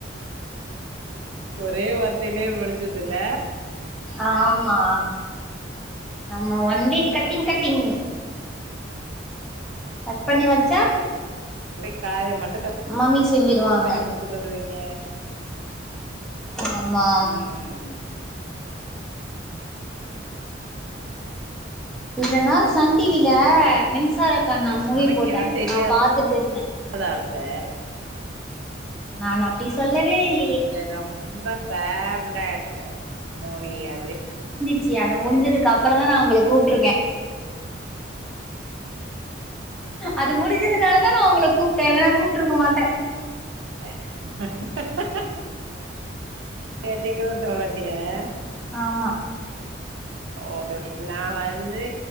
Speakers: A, on the right; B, in the centre.
A: ஒரே வார்த்தையிலேயே முடிஞ்சதுல்ல
B: ஆமா நம்ம ஒன்லி
A: ஆ
B: கட்டிங் கட் டிங்கு கட் பண்ணி வெச்சா
A: அப்டே காய மட்டு கட்
B: மம்மி செஞ்சிருவாங்க
A: பண்ணி குடுத்துட்டு வருவீங்க
B: ஆமா
A: ம்
B: இவ்ளோ நேர சன் டிவில
A: அப்றோ
B: மின்சார கண்ணா
A: உங்களுக்கு
B: மூவி
A: சமைக்கவே
B: போட்டாங்க
A: தெரியாதா
B: நா பாத்துட்டு இருந்தே
A: <unintelligible> அப்ப
B: நான் அப்டி சொல்லவே இல்
A: எனக்கு ரொம்ப ஃபேவ்ரேட்டு மூவி அது
B: ச்சி அத முடிஞ்சதுக்கப்பறோ தா நா ஒங்கள கூப்ட்ருக்கே அது முடிஞ்சதுனால தா நா ஒங்கள கூப்ட்டே இல்லன்னா கூப்ட்ருக்க மாட்டே
A: <unintelligible>
B: ஆமா
A: ஓ கே நா வந்து